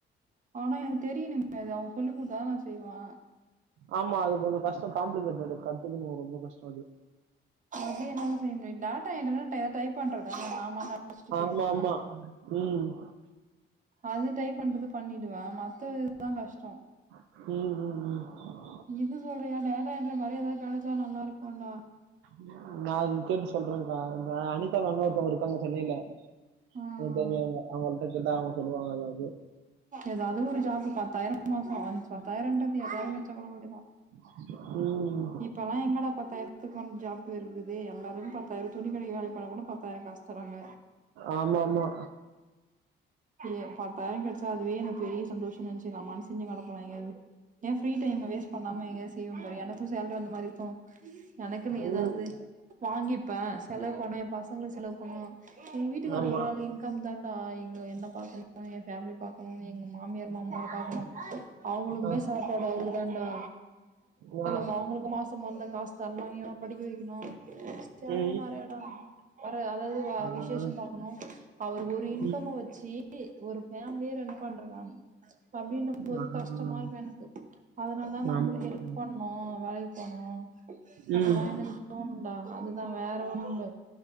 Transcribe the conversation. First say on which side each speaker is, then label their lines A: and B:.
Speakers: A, on the right; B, on the right.
A: ஆனா எனக்கு தெரியு நி மேதா சொல்லி் கொடுத்தாதா நா செய்வா
B: ஆமா அது கொஞ்சோ கஷ்டம் காம்ப்ளிகேட்டது கத்துக்குனு ரொம்ப கஷ்டோ அது
A: அ என்னால செய்ய முடியும் டாட்டா என்ர்நெட் ஏாவ டைப் பண்றத நாம அழச்சுட்டு போயிடுவான்
B: ஆமா ஆமா ம்
A: அது டைப் பண்றது பண்ணிடுவ மத்த இதுதா கஷ்டோ
B: ம் ம் ம்
A: இது சொல்றியா டேட்டா என்ற மரி எதா கெடச்சா நல்லா இருக்குன்டா
B: ம் நா அது கேட்டு சொல்றன்க்கா இந்த அனிதா மேம்னு ஒருத்தவங்க இருக்காங்க சென்னைய்ல
A: ஆ
B: எ
A: ஆ.
B: தேவையாங்க அவங்கள்ட்ட கெட்டா அவங்க சொல்லுவாங்க எதாவ்து
A: எது அது ஒரு ஜாப்பு பத்தாயிரம் மாசம்ஞ பத்தாயிரம்ன்றது எத்தாயிரம் கிச்சா கூடக்கடியதா
B: ம்
A: இப்பல்லா எங்கடா பத்தாய்ர்த்துக் கொன் ஜாப் வெர்குதே எல்லாரும் பத்தாய்ர துணி கடைக்கி வேலை பண்ணா கூட பத்தாய் காஸ் தராங்க
B: ஆமாமா
A: ஏ பத்தாய்ர் கெட்ச்சா அதுவே எனக் பெரிய சந்தோஷம்னந்ச்சி நா மாம்ஸ் செஞ்சி கனப்புலாய்ங்கது ஏன் ஃப்ரீ டைம் வேஸ்ட் பண்ணாம எங்காவா செய்ய மாிர எனக்கும் சேலரி வந்த மாதிரிக்கும் எனக்குன்னு ஏதாவது
B: ம்
A: வாங்கிப்பே செலவு பண்ணன் பசங்களும் செலவு பண்ணும் உ வீட்டுக்கரு
B: ஆமா
A: ஒருற பக்கம் தான்ண்டா எங்க என்ன பாக்கணும் என் பேேமிலி பா்க்கணும் எங்க மாமியார் மாமியார் பாாரக்கணும் அவங்களுக்குமே
B: ஆ,
A: சாப்பாடு அவ தாண்டா
B: நா
A: கவுங்களுக்கு மாசம் மறந்தா காஸ் தர்ணு இவன படிக்க வெக்கிணு ஸ்தெலவு
B: ம்
A: நறையாட் வர அதாவது
B: ஆ,
A: விசேஷம்
B: ஆ.
A: பாக்கணும் அவர் ஒரு இன்கம்ம
B: ம்
A: வச்சி ஒரு ஃபேமிலியே ரன் பண்றுறாங் அப்டின்னும் மொது
B: ஆ, ஆ.
A: கஷ்டமா இருக்கு எனக்கு அதனால் தான் நாம்ள
B: ஆமா ஆமா.
A: ஹெல்ப் பண்ணு வேலைக் போணு அப்டில்லா
B: ம்
A: எனக்கு தோணுண்டா அதுதா வேற ஒண்ணு இல்ல